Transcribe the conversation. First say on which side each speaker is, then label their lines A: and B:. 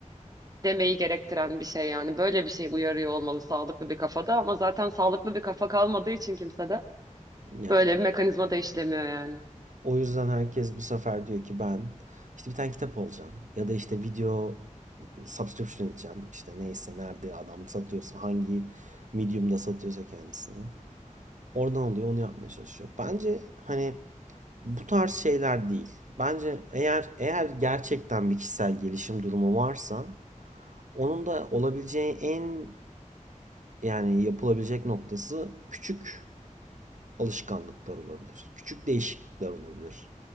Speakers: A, on the right; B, on the right.
A: demeyi gerektiren bir şey yani. Böyle bir şey uyarıyor olmalı sağlıklı bir kafada ama zaten sağlıklı bir kafa kalmadığı için kimsede
B: Yani.
A: böyle bir mekanizma da işlemiyor yani.
B: O yüzden herkes bu sefer diyor ki ben işte bir tane kitap olacağım. Ya da işte video subscription edeceğim. İşte neyse nerede adam satıyorsa hangi medium'da satıyorsa kendisini. Oradan alıyor onu yapmaya çalışıyor. Bence hani Bu tarz şeyler değil. Bence eğer eğer gerçekten bir kişisel gelişim durumu varsa onun da olabileceği en yani yapılabilecek noktası küçük alışkanlıklar olabilir. Küçük değişiklikler olabilir.